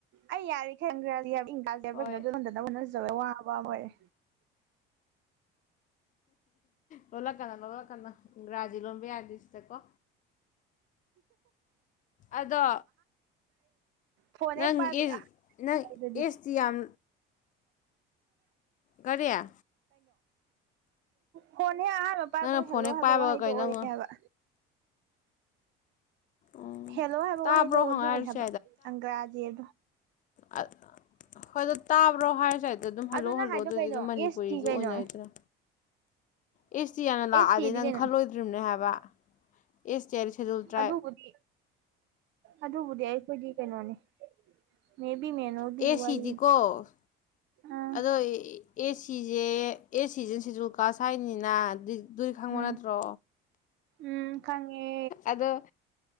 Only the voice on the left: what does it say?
ꯍꯣꯏ
ꯂꯣꯜꯠꯂꯛꯀꯅꯣ ꯂꯣꯠꯂꯛꯀꯅꯣ ꯔꯥꯖꯤ ꯂꯣꯟꯕ ꯌꯥꯗꯣꯏ ꯁꯤꯗꯀꯣ ꯑꯗꯣ
ꯅꯪ
ꯏꯁ ꯅꯪ ꯑꯦꯁꯇꯤ ꯌꯥꯝ ꯀꯔꯤꯌꯥ
ꯅꯪꯅ
ꯐꯣꯟ ꯍꯦꯛ
ꯄꯥꯏꯕꯒ
ꯀꯩꯅꯣꯉꯣ
ꯎꯝ
ꯇꯥꯕ꯭ꯔꯣ
ꯍꯪꯉꯛꯑꯁꯨ
ꯑ ꯍꯣꯏ ꯑꯗꯨ ꯇꯥꯕ꯭ꯔꯣ ꯍꯥꯏꯔꯁꯦ ꯍꯥꯏꯗ ꯑꯗꯨꯝ ꯍꯜꯂꯛꯑꯣ
ꯍꯜꯂꯛꯑꯣ
ꯑꯗꯨꯗꯤ
ꯑꯗꯨꯝ ꯃꯅꯤꯄꯨꯔꯤꯁꯨ
ꯑꯣꯏꯅꯩꯗꯅ ꯑꯦꯁ ꯇꯤ ꯌꯥꯝꯅ ꯂꯥꯛꯑꯗꯤ
ꯅꯪ
ꯈꯜꯂꯣꯏꯗ꯭ꯔꯤꯕꯅꯦ ꯍꯥꯏꯕ ꯏꯁ ꯆꯦꯔꯤ ꯁꯦꯗꯨꯜ ꯇ꯭ꯔꯥꯏꯞ
ꯑꯦ ꯁꯤꯗꯤꯀꯣ
ꯑꯗꯣ ꯑꯦꯁꯤꯁꯦ ꯑꯦꯁꯤꯁꯦ ꯁꯤꯦꯗꯨꯜ ꯀꯥꯁ ꯍꯥꯏꯅꯤꯅ ꯗꯨꯏ ꯈꯪꯕ
ꯅꯠꯇ꯭ꯔꯣ
ꯑꯗꯣ